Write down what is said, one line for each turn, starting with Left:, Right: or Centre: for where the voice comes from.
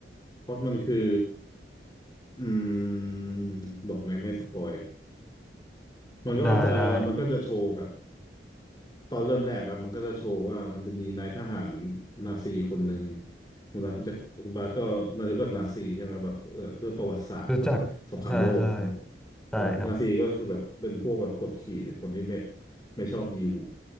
Left: พล็อตมันคืออืมบอกไงไม่ให้สปอย มันก็จะมันก็จะโชว์แบบ
Centre: ได้ได้
Left: ตอนเริ่มแรกครับมันก็จะโชว์ว่ามันจะมีนายทหารนาซีคนหนึ่งคุณบาสรู้จักคุณบาสก็น่าจะรู้จักนาซีใช่ไหมแบบเออด้วยประวัติศาสตร์แบบสงครามโลกเนาะ
Centre: รู้จักใช่ใช่
Left: เออนาซีก็คือแบบเป็นพวกแบบกดขี่คนที่ไม่
Centre: ใช่ครับ
Left: ไม่ชอบยิว